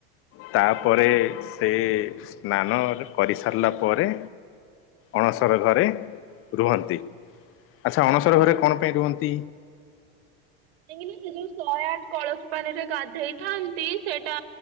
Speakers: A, on the left (about 45°); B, on the right (about 80°).
A: ତାପରେ ସେ ସ୍ନାନ କରି ସାରିଲା ପରେ? ଅଣସର ଘରେ ରୁହନ୍ତି। ଆଚ୍ଛା ଅଣସର ଘରେ କଣ ପାଇଁ ରୁହନ୍ତି?
B: କାହିଁକି ସେ ଯୋଉ ଶହେ ଆଠ କଳସ ପାଣିରେ ଗାଧେଇଥାନ୍ତି ସେଇଟା